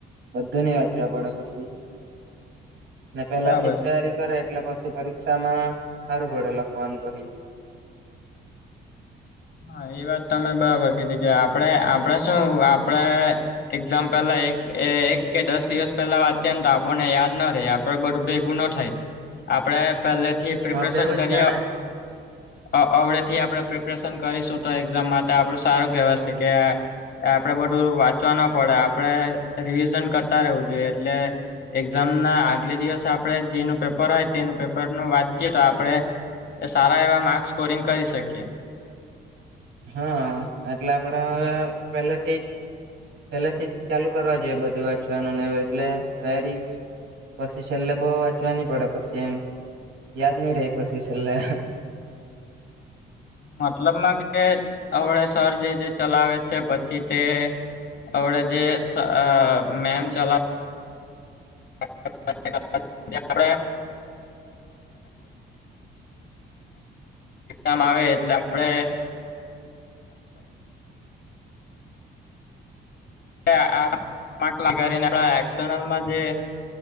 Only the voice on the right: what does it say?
બધુ નહીં વાંચવા પડે પછી. ને પહેલા
થી જ તૈયારી કરે એટલે પછી પરીક્ષામાં હારું પડે લખવાનું પછી.
હા તેવું
જ જાણે
હા. એટલે આપડે હવે પહેલે થી જ પહેલેથી ચાલુ કરવા જોઈએ બધું વાંચવાનું ને એવું એટલે તૈયારી પછી છેલ્લે બહુ વાંચવા નહીં પડે પછી એમ. યાદ નહી રહી પછી છેલ્લે